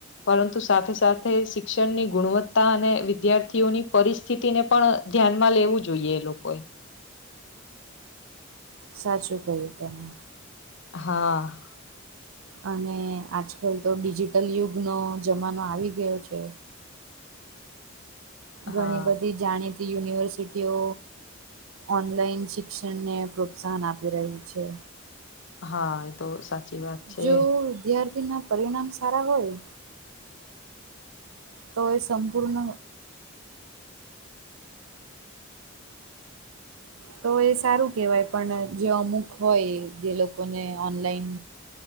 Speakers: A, on the left; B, on the right.
A: પરંતુ સાથે સાથે શિક્ષણની ગુણવત્તા અને વિદ્યાર્થીઓની પરિસ્ સ્થિતિ ને પણ ધ્યાનમાં લેવું જોઈએ એ લોકોએ.
B: સાચું કય્યું તમે.
A: હા.
B: અને આજકાલ તો ડિજિટલ યુગનો જમાનો આવી ગયો છે. ઘણી
A: હા
B: બધી જાણીતી યુનિવર્સિટીઓ ઓનલાઈન શિક્ષણ ને પ્રોત્સાહન આપી રહી છે.
A: હા એ તો સાચી. વાત છે
B: જો વિદ્યાર્થીના પરિણામ સારા હોય તો એ સંપૂર્ણ તો એ સારું કેહેવાય પણ જે અમુક હોય જે લોકોને ઓનલાઈન